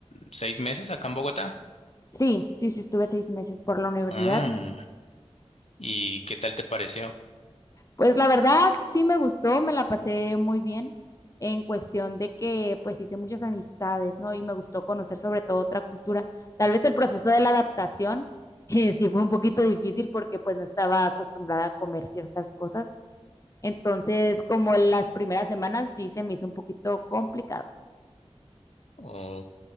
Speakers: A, on the left (about 70°); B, on the left (about 30°).
A: seis meses acá en Bogotá.
B: Sí, sí, sí, estuve seis meses por la universidad.
A: Ah,
B: ¿no?
A: ¿y qué tal te pareció?
B: Pues la verdad, sí me gustó, me la pasé muy bien en cuestión de que pues hice muchas amistades, ¿no? Y me gustó conocer sobre todo otra cultura. Tal vez el proceso de la adaptación <laughs> eh, sí fue un poquito difícil porque pues no estaba acostumbrada a comer ciertas cosas, Entonces, como las primeras semanas sí se me hizo un poquito complicado.
A: Ok,